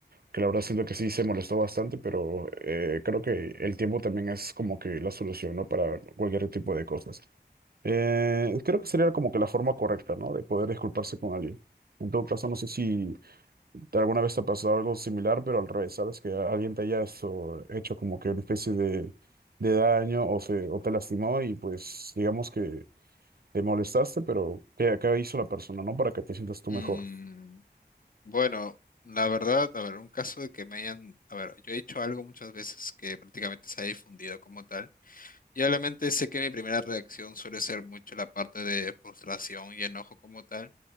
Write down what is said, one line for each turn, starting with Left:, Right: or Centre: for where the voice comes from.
Right: que la verdad siento que sí se molestó bastante, pero eh, creo que el tiempo también es como que la solución, ¿no? Para cualquier tipo de cosas. Eh, creo que sería como que la forma correcta, ¿no? De poder disculparse con alguien. En todo caso, no sé si ¿Alguna vez te ha pasado algo similar, pero al revés? ¿Sabes? Que alguien te haya so- hecho como que una especie de, de daño o, se, o te lastimó y pues digamos que te molestaste, pero ¿qué, qué hizo la persona, no? Para que te sientas tú
Left: Mm.
Right: mejor.
Left: Bueno, la verdad, a ver, un caso de que me hayan, a ver, yo he hecho algo muchas veces que prácticamente se ha difundido como tal, y obviamente sé que mi primera reacción suele ser mucho la parte de frustración y enojo como tal.